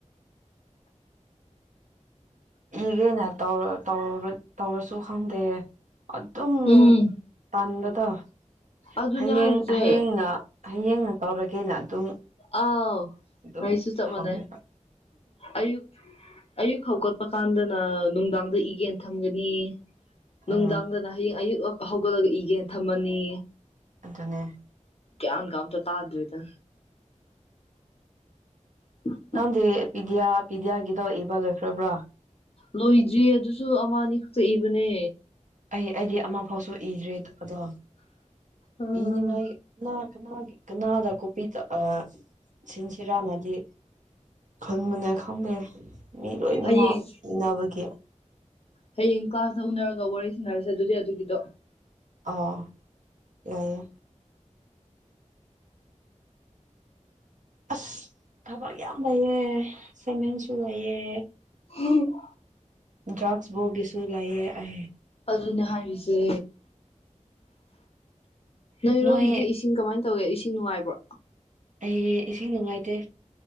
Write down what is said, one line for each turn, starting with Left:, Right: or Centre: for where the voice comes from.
Right: ꯏꯒꯦꯅꯧ ꯇꯧꯔ ꯇꯧꯔ ꯇꯧꯔꯁꯨ ꯈꯪꯗꯦ ꯑꯗꯨꯝ
Left: ꯎꯝ
Right: ꯇꯟꯕꯗꯣ
Left: ꯑꯗꯨꯅꯦ
Right: ꯍꯌꯦꯡ
Left: ꯍꯥꯏꯔꯤꯁꯦ
Right: ꯍꯌꯦꯡꯅ ꯍꯌꯦꯡꯅ ꯇꯧꯔꯒꯦꯅ ꯑꯗꯨꯝ
Left: ꯑꯥꯎ
Right: ꯑꯗꯨꯝ
Left: ꯑꯩꯁꯨ ꯆꯞ
Right: ꯊꯝꯃꯦꯕ
Left: ꯃꯥꯟꯅꯩ ꯑꯌꯨꯛ ꯑꯌꯨꯛ ꯍꯧꯒꯠꯄ ꯀꯥꯟꯗꯅ ꯅꯨꯡꯗꯥꯡꯗ ꯏꯒꯦꯅ ꯊꯝꯒꯅꯤ ꯅꯨꯡꯗꯥꯡꯗꯅ
Right: ꯎꯝ
Left: ꯍꯌꯦꯡ ꯑꯌꯨꯛ <unintelligible> ꯍꯧꯒꯠꯂꯒ ꯏꯒꯦꯅ ꯊꯝꯃꯅꯤ
Right: ꯑꯗꯨꯅꯤ
Left: ꯒ꯭ꯌꯥꯟꯒ ꯑꯝꯇ ꯇꯥꯗ꯭ꯔꯦꯗ <unintelligible>
Right: ꯅꯪꯗꯤ ꯄꯤꯗꯤꯌꯥ ꯄꯤꯗꯤꯌꯥꯒꯤꯗꯣ ꯏꯕ ꯂꯣꯏꯈ꯭ꯔꯕ꯭ꯔꯥ
Left: ꯂꯣꯏꯗ꯭ꯔꯤꯌꯦ ꯑꯗꯨꯁꯨ ꯑꯃ ꯑꯅꯤ ꯈꯛꯇ ꯏꯕꯅꯦ
Right: ꯑꯩ ꯑꯩꯗꯤ ꯑꯃ ꯐꯥꯎꯁꯨ ꯏꯗ꯭ꯔꯤ ꯑꯗꯣ
Left: ꯑꯥ
Right: ꯏꯅꯤꯡꯉꯥꯏ ꯉꯥꯛ ꯀꯅꯥꯒꯤ ꯀꯅꯥꯗ ꯀꯣꯞꯄꯤ ꯇꯧ ꯑꯥ ꯁꯤꯟꯁꯤꯔꯥꯅꯗꯤ ꯈꯟꯕꯅꯦ ꯈꯪꯗꯦ ꯃꯤ ꯂꯣꯏꯅꯃꯛ
Left: ꯍꯌꯦꯡ
Right: ꯏꯅꯥꯕꯒꯤ
Left: ꯍꯌꯦꯡ ꯀ꯭ꯂꯥꯁꯇ ꯎꯅꯔꯒ ꯋꯥꯔꯤ ꯁꯥꯟꯅꯔꯁꯦ ꯑꯗꯨꯗꯤ ꯑꯗꯨꯒꯤꯗꯣ
Right: ꯑꯣ ꯌꯥꯏꯌꯦ ꯑꯁ ꯊꯕꯛ ꯌꯥꯝ ꯂꯩꯌꯦ ꯑꯦꯁꯥꯢꯃꯦꯟꯁꯨ ꯂꯩꯌꯦ
Left: <unintelligible>
Right: ꯗ꯭ꯔꯒꯁꯕꯣꯜꯒꯤ ꯁꯨꯨ ꯂꯩꯌꯦ ꯑꯩ
Left: ꯑꯗꯨꯅꯦ ꯍꯥꯏꯔꯤꯁꯦ ꯅꯣꯏꯔꯣꯝꯗꯗꯤ
Right: ꯅꯣꯏ
Left: ꯏꯁꯤꯡ ꯀꯃꯥꯏꯟ ꯇꯧꯋꯦ ꯏꯁꯤꯡ ꯅꯨꯡꯉꯥꯏꯕ꯭ꯔꯣ
Right: ꯑꯩ ꯏꯁꯤꯡ ꯅꯨꯡꯉꯥꯏꯇꯦ